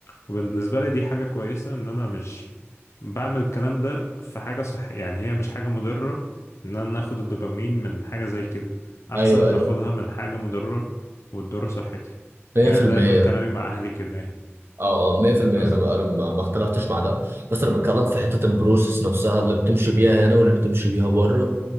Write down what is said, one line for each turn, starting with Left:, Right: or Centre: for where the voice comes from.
Left: وبالنسبة لي دي حاجة كويسة إن أنا مش بعمل الكلام ده في حاجة صح يعني هي مش حاجة مضرة إن أنا آخد الدوبامين من حاجة زي كده أحسن
Right: ايوه
Left: ما
Right: ايوه
Left: آخدها من حاجة مضرة وتضر صحتي
Right: 100%
Left: يعني دايما كلامي مع أهلي كده يعني
Right: اه اه 100%
Left: بس
Right: انا انا ما ما اختلفتش مع ده بس انا بتكلم في حته البروسيس نفسها اللي بتمشي بيها هنا واللي بتمشي بيها بره